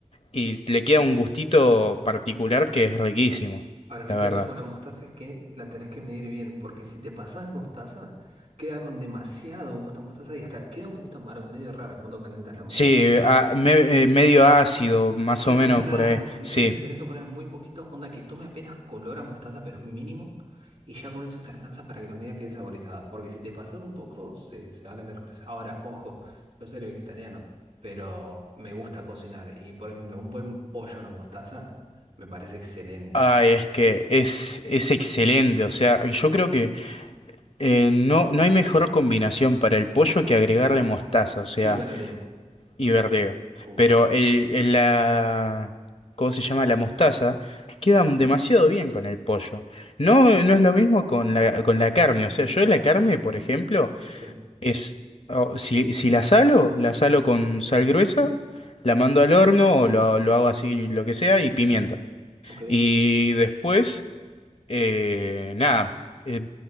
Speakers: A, on the left; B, on the right.
A: Y le queda un gustito particular que es riquísimo,
B: Para mí
A: la
B: el
A: verdad.
B: tema con la mostaza es que la tenés que medir bien, porque si te pasás mostaza, queda con demasiado gusto a mostaza y hasta queda un poquito amargo, medio rara cuando calentas la mostaza.
A: Sí, a- me- eh, medio ácido, más
B: Es
A: o menos
B: raro,
A: por ahí.
B: entonces
A: Sí.
B: le tenés que poner muy poquito, onda que tome apenas color a mostaza, pero es mínimo, y ya con eso te alcanza para que la comida quede saborizada, porque si te pasas un poco, se, se va a la miércoles. Ahora, ojo, yo soy vegetariano, pero me gusta cocinar, y por ejemplo, un buen pollo a la mostaza me parece excelente.
A: Ay, es que es, es excelente. O sea, yo creo que Eh, no, no hay mejor combinación para el pollo que agregarle mostaza, o sea,
B: Y verdeo.
A: y verdeo.
B: Uh,
A: Pero el, el- la, ¿cómo se llama? La mostaza queda demasiado bien con el pollo. No, eh, no es lo mismo con la, con la carne. O sea, yo la carne, por ejemplo,
B: sí,
A: es, o- si, si la salo, la salo con sal gruesa, la mando al horno o lo, lo hago así, lo que sea, y pimienta.
B: ok.
A: Y después... Eh, nada, eh,